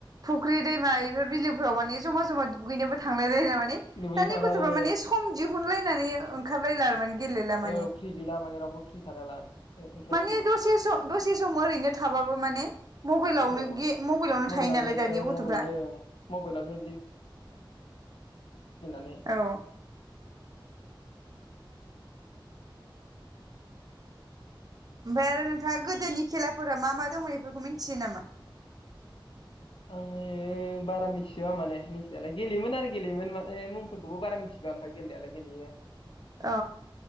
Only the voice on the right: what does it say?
फुख्रि दैमा इफोर बिलोफोराव माने जमा जमा दुगैनोबो थांलायला ने
दानि
गथ'फोरा
माने सम दिहुनलाय नानै ओंखार लायला आरो माने गेलेला माने
ओ दसे स दसे सम ओरैनो थाबाबो माने मबेलावनो
गे मबेलाव
थायो नालाय दानि
गथ'फ्रा
औ ओमफाय आरो नोंथांङा गोदोनि खेलाफोरा मा मा दंमोन इफोरखौ मिथियो नामा?
अ